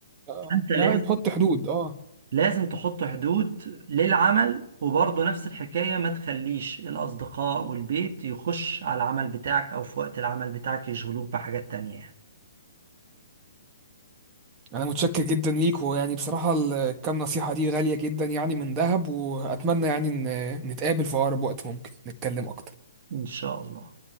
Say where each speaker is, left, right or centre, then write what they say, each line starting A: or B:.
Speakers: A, on the right; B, on the right.
A: آه،
B: انت
A: يعني
B: لازم
A: تحط حدود اه
B: لازم تحط حدود للعمل وبرضه نفس الحكاية ما تخليش الأصدقاء والبيت يخش على العمل بتاعك أو في وقت العمل بتاعك يشغلوك بحاجات تانية يعني.
A: انا متشكر جدا ليك ويعني بصراحة الكام نصيحة دي غالية جدا يعني من ذهب واتمنى يعني ان نتقابل في اقرب وقت ممكن نتكلم اكتر
B: إن شاء الله